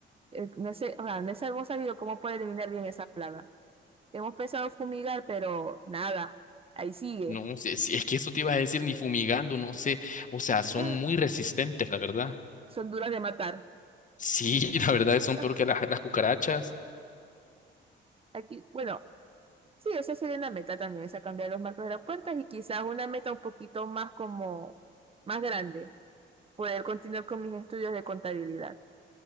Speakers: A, on the right; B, on the left.
A: Eh, no sé, o sea, no sé- hemos sabido cómo puede eliminar bien esa plaga. Hemos pensado fumigar, pero nada. Ahí sigue.
B: No, si, si es que eso te iba a decir ni fumigando, no sé. O sea, son
A: Ah,
B: muy resistentes, la verdad.
A: Son duras de matar.
B: Sí, <laughs>
A: Ujú.
B: la verdad son peor que las, las cucarachas.
A: Aquí, bueno, sí, esa sería una meta también, esa cambiar los marcos de las puertas y quizás una meta un poquito más como, más grande, poder continuar con mis estudios de contabilidad.